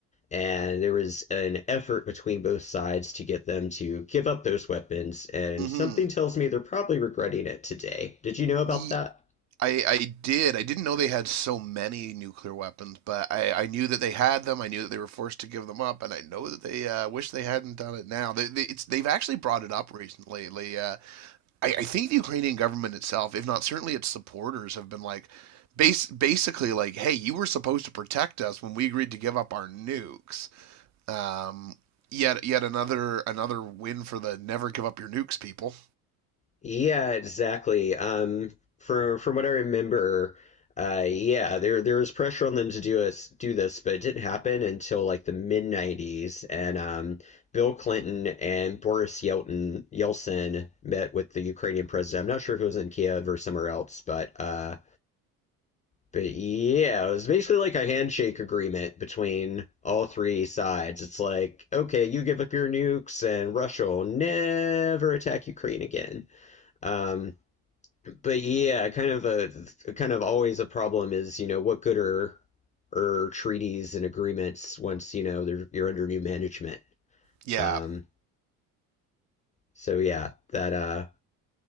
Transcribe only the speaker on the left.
and there was an effort between both sides to get them to give up those weapons and
something tells me they're probably regretting it today did you know about
that
yeah exactly um from from what i remember uh yeah there there was pressure on them to do us do this but it didn't happen until like the mid 90s and um bill clinton and boris yelton yeltsin met with the ukrainian president i'm not sure if it was in kiev or somewhere else but uh But yeah, it was basically like a handshake agreement between all three sides. It's like, okay, you give up your nukes, and Russia will never attack Ukraine again. Um, but yeah, kind of a kind of always a problem is, you know, what good are are treaties and agreements once you know they're, you're under new management.
Um, so yeah, that uh,